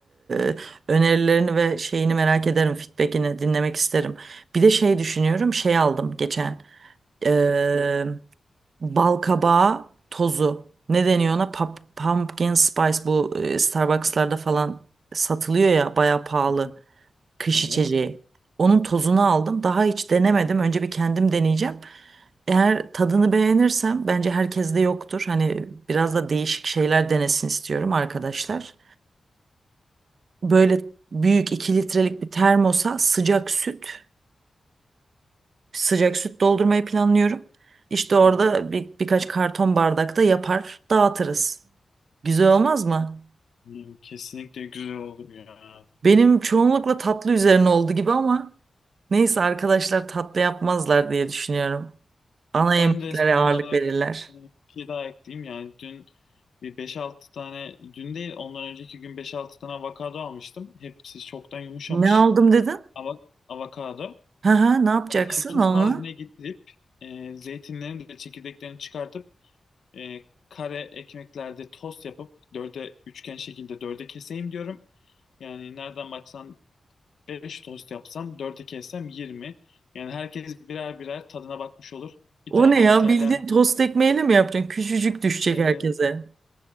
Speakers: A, on the right; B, on the left.
A: e, önerilerini ve şeyini merak ederim. Feedback'ini dinlemek isterim. Bir de şey düşünüyorum. Şey aldım geçen. E, bal tozu. Ne deniyor ona? Pap- pumpkin spice bu e, Starbucks'larda falan satılıyor ya bayağı pahalı
B: Hı hı.
A: kış
B: Evet.
A: içeceği. Onun tozunu aldım. Daha hiç denemedim. Önce bir kendim deneyeceğim. Eğer tadını beğenirsem bence herkeste yoktur. Hani biraz da değişik şeyler denesin istiyorum arkadaşlar. Böyle büyük 2 litrelik bir termosa sıcak süt, sıcak süt doldurmayı planlıyorum. İşte orada
B: Hı hı.
A: bir, birkaç karton bardakta yapar, dağıtırız. Güzel olmaz mı?
B: Yani Kesinlikle güzel olur ya.
A: Benim çoğunlukla tatlı üzerine oldu gibi ama neyse arkadaşlar tatlı yapmazlar diye düşünüyorum. Ana yemeklere
B: Ben de son
A: ağırlık
B: olarak
A: verirler.
B: e, bir şey daha ekleyeyim. Yani dün bir beş altı tane, dün değil ondan önceki gün beş altı tane avokado almıştım. Hepsi çoktan yumuşamış.
A: Ne aldım dedin?
B: Ava- avokado.
A: Hı hı, ne yapacaksın
B: Onları sos
A: onunla?
B: haline getirip e, zeytinlerin de çekirdeklerini çıkartıp e, kare ekmeklerde tost yapıp dörde üçgen şekilde dörde keseyim diyorum. Yani nereden baksan 5 tost yapsam dörde kessem 20. Yani herkes birer birer tadına bakmış olur. Bir
A: O
B: tane
A: ne
B: de
A: ya
B: İtalyan
A: bildiğin tost ekmeğiyle mi yapacaksın? Küçücük düşecek
B: e,
A: herkese.